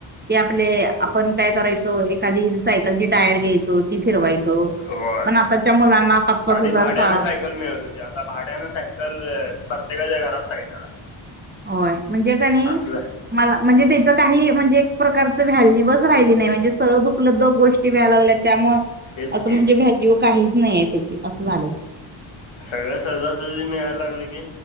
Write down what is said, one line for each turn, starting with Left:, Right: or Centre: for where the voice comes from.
Right: की आपले आपण काय करायचो एखादी सायकलची टायर.. घेयचो ती फिरवायचो
Left: होय
Right: पण आताच्या मुलांना पाच पाच
Left: आधी
Right: हजार
Left: भाड्यानं
Right: सा
Left: सायकल मिळत होती आता भाड्यान सायकल अअ परत्येकाच्या घरात सायकल आहे..
Right: होय म्हणजे काणी
Left: असलं
Right: मला म्हणजे त्याच. काही म्हणजे एक प्रकारच व्हॅल्यूवच राहिली नाही म्हणजे सहज उपलब्ध गोष्टी मिळायला लागल्यात. त्यामुळ
Left: तेच
Right: असं
Left: की
Right: म्हणजे व्हॅल्यू काहीच नाही आहे त्याची असं झालंय..
Left: सगळं सहजासहजी मिळायायला लागल की